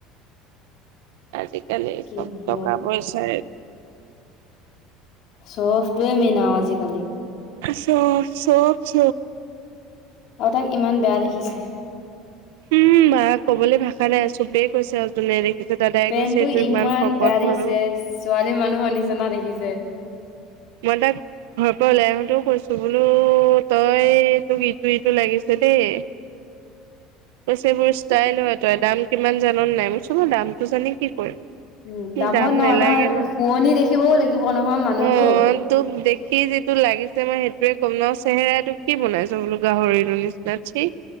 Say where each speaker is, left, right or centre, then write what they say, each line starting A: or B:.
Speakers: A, on the right; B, on the left.
A: আজি আজিকালি
B: কি
A: চব
B: হ'ব
A: টকা পইচা
B: শো অফ্ টো মেইন আজিকালি
A: চব চব চ
B: আৰু তাক ইমান বেয়া দেখিছে
A: উম বা ক'বলৈ ভাষা নাই চবেই কৈছে আৰুজোনে দে এয়া দাদাই
B: পেনটো
A: কৈছে এইটো ইমান শকত
B: বেয়া দেখিছে
A: হল
B: ছোৱালী মানুহৰ নিচিনা দেখিছে
A: মই তাক ঘৰৰ পৰা ওলাই আহোতেও কৈছো ত বোলো তই তোক ইটো ইটো লাগিছে দেই পইচবোৰ ষ্টাইল হয় তই দাম কিমান জানন নাই মই চাব দামটো জানি কি কৰিম
B: উম দামত
A: দাম
B: নহয়
A: নেলাগে
B: নহয়
A: ন
B: শুৱনি দেখিবও লাগিব নহয় মানুহটো
A: অ তোক দেখি যিটো লাগিছে মই সেইটো তয়ে ক'ম ন চেহেৰাতটো কি বনাইছ বোলো গাহৰিটোৰ নিচিনা চি